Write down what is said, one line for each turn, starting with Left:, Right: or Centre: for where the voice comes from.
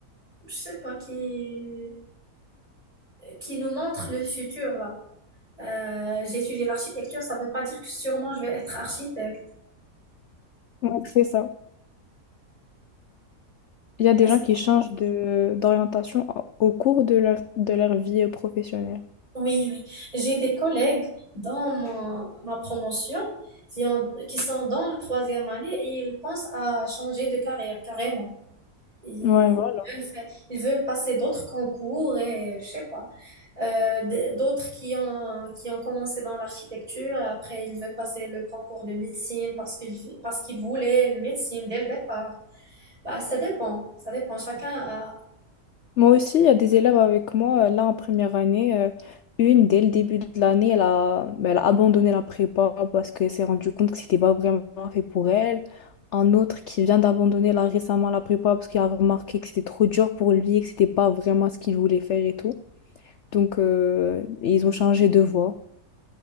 Right: je sais pas, qui qui nous montre le futur là. Euh, j'ai étudié l'architecture, ça ne veut pas dire que sûrement je vais être architecte.
Left: Ouais, c'est ça. Il y a des
Right: Parce-
Left: gens qui changent de d'orientation en- au cours de leur, de leur vie euh, professionnelle.
Right: Oui, oui. J'ai des collègues dans mon- ma promotion qui, ont- qui sont dans la troisième année et ils pensent à changer de carrière carrément. Ils
Left: Ouais, voilà.
Right: veulent, fa- ils veulent passer d'autres concours et je sais pas. Euh, d- d'autres qui ont, qui ont commencé dans l'architecture, après ils veulent passer le concours de médecine parce qu'ils, parce qu'ils voulaient le médecine dès le départ. Bah, ça dépend, ça dépend. Chacun
Left: Moi aussi, il y a des élèves avec moi, euh, là, en première année. euh, une, dès le début de l'année, elle a, ben, elle a abandonné la prépa parce qu'elle s'est rendue compte que c'était pas vraiment fait pour elle. Un autre qui vient d'abandonner là récemment la prépa parce qu'il a remarqué que c'était trop dur pour lui et que c'était pas vraiment ce qu'il voulait faire et tout. Donc, euh, ils ont changé de voie.